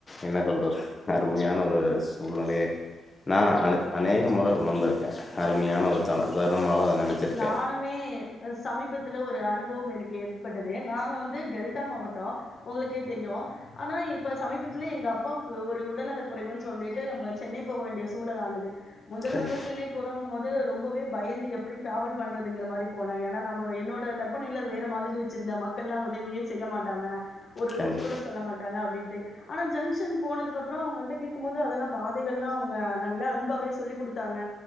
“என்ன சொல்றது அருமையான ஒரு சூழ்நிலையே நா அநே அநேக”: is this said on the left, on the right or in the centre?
Left